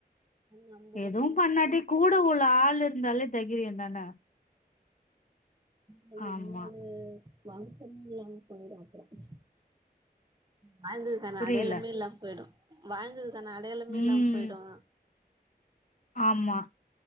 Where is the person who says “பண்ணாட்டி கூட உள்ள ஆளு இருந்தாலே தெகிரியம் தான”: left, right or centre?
Left